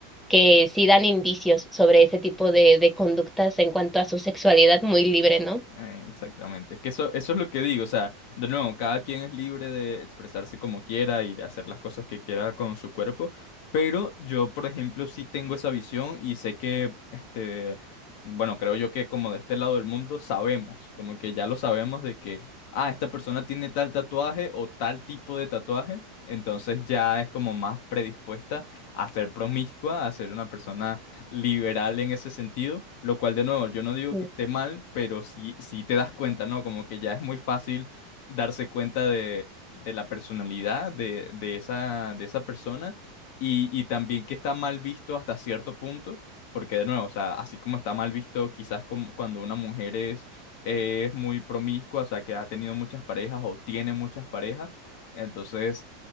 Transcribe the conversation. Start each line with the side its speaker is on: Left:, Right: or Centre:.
Centre: que sí dan indicios sobre ese tipo de, de conductas en cuanto a su sexualidad muy libre, ¿no?
Left: Eh, exactamente. Es que eso, eso es lo que digo. O sea, de nuevo, cada quien es libre de expresarse como quiera y de hacer las cosas que quiera con su cuerpo. Pero yo, por ejemplo, sí tengo esa visión y sé que, este, bueno, creo yo que como de este lado del mundo sabemos, como que ya lo sabemos de que, ah, esta persona tiene tal tatuaje o tal tipo de tatuaje. Entonces ya es como más predispuesta a ser promiscua, a ser una persona liberal en ese sentido, lo cual de nuevo yo no digo
Centre: Mm.
Left: que esté mal, pero sí, sí te das cuenta, ¿no? Como que ya es muy fácil darse cuenta de, de la personalidad de, de esa, de esa persona y, y también que está mal visto hasta cierto punto, porque de nuevo, o sea, así como está mal visto quizás como cuando una mujer es... es muy promiscua, o sea, que ha tenido muchas parejas o tiene muchas parejas, entonces